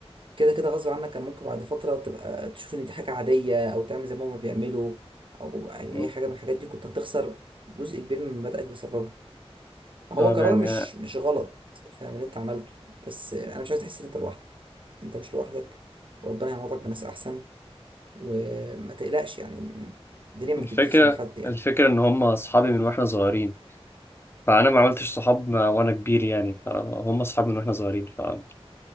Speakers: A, on the right; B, on the left.
A: كده كده غصب عنك كان ممكن بعد فترة تبقى تشوف إن دي حاجة عادية أو تعمل زي ما هما بيعملوا أو يعني
B: مم.
A: أي حاجة من الحاجات دي كنت هتخسر جزء كبير من مبادئك بسببه هو
B: ده
A: قرار
B: يعني
A: مش مش غلط فاهم اللي أنت عملته بس أنا مش عايز تحس إن أنت لوحدك أنت مش لوحدك وربنا يعوضك بناس أحسن وما تقلقش يعني الدنيا ما
B: الفكره
A: بتنتهيش على حد يعني
B: الفكره ان هم اصحابي من واحنا صغيرين فانا ما عملتش صحاب ما- وانا كبير يعني فهم اصحابي من واحنا صغيرين ما